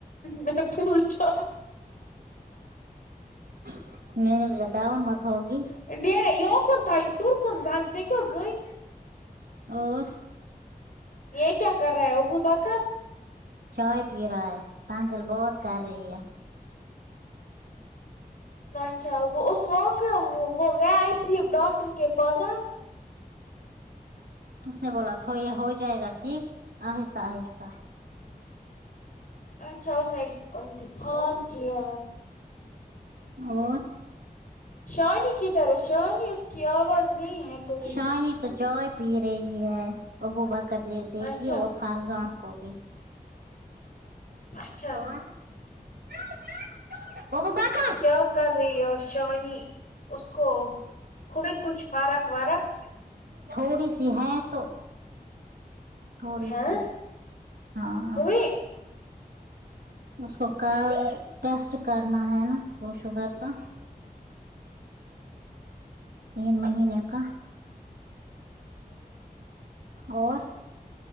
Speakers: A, on the left; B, on the right.
A: میں <unintelligible> پول چ
B: <unintelligible> مت ہگی
A: <unintelligible>
B: اور
A: یہ کیا کر رہا ہے ابوبکر
B: چائے پی رہا ہے تنزل بہت کر رہی ہے
A: اچھا وہ ا وقع وہ گیا ڈاکٹر کے پاس آپ
B: اس نے بولا تو یہ ہو جائے گا ٹھیک آہستہ آہستہ
A: اچھا <unintelligible> اسان کیا
B: اور
A: شانی کدھر ہے شانی اس کی آواز نہیں ہے کہئی
B: شانی تو چائے پی رہی ہے ابو با کر د دیتی
A: اچھا
B: ہے اور فارضان کو بھی
A: اچھا
B: اور <unintelligible> ابوبکر
A: کیا کر رہی ہے شانی اس کو ہوی کچھ فرق ورق
B: تھوڑی سی ہے تو تھوڑی
A: ہے
B: سی ہاں
A: ہوئی
B: اس کو کل ٹیسٹ کرنا ہے نا وہ شوگر کا تین مہینے کا اور